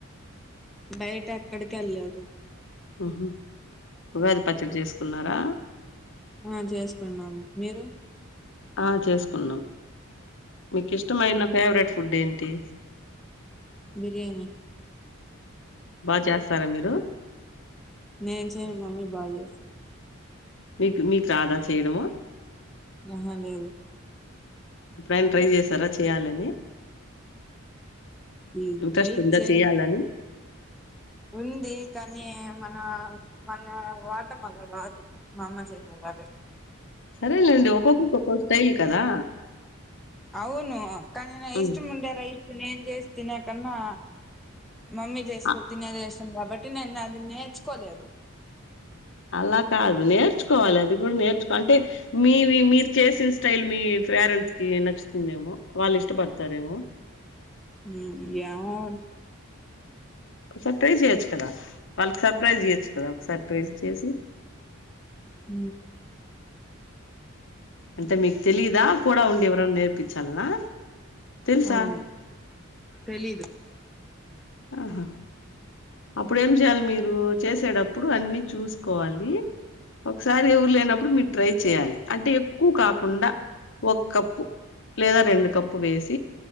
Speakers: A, in the centre; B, on the left (about 60°).
A: బయట ఎక్కడికి వెళ్ళాదన్ని
B: ఉహ ఉగాది పచ్చడి చేసుకున్నారు ఆ
A: ఆ చేసుకున్నాం మీరు
B: ఆ చేసుకున్నాం మీకు ఇష్టమైన ఫేవరెట్ ఫుడ్ ఏంటి
A: బిర్యానీ
B: బాగా చేస్తారా మీరు
A: నే చె మమ్మీ బాజస
B: మీకు మీకు రాదా చేయడము
A: అహా లేేదు
B: ఎప్పుడైనా ట్రై చేశారా చేయాలని
A: ఈయి
B: ఇంట్రెస్ట్ ఉందా
A: చె
B: చేయాలని
A: ఉంది కానీ మన మన వాట అలా రాదు మా అమ్మ చెన్నలాగే
B: సరేలేండి ఒక్కొక్కక్క ఒక్కొ స్టైల్ కదా
A: అవును కనీన
B: ఉమ్
A: ఇష్ట ముండ్యార ఇ నేం చేసి తినకన్నా మమ్మీ జ చేస్త
B: అ
A: తిన అదే సంభవ పటిన అదది నేచ్చుకోవలేదు అదు
B: అలా కాదు నేర్చుకోవాలి. అది కూడా నేర్చుకోవా లి అంటే మీవి మీరు చేసిన స్టైల్ మీ పేరెంట్స్ కి నచ్చుతుందేమో వాళ్ళు ఇష్టపడతారేమో.
A: హ య వో
B: ఒకసారి ట్రై చెయొచ్చు కదా వాళ్ళకి సర్ప్రైజ్ చెయ్యొచ్చు. కదా ఒకసారి ట్రై చేసి
A: హ
B: అంటే మీకు తెలిదా కూడా ఉండి ఎవరైనా నేర్పించాలనా. తెలుసా
A: అవును తెలీదు
B: ఆహా అప్పుడు ఏం చేయాలి. మీరు చేసేటప్పుడు అన్ని చూసుకోవాలి. ఒకసారి ఎవరు లేనప్పుడు మీరు ట్రై చేయాలి. అంటే ఎక్కువ కాకుండా ఒక కప్పు లేదా రెండు కప్పు వేసి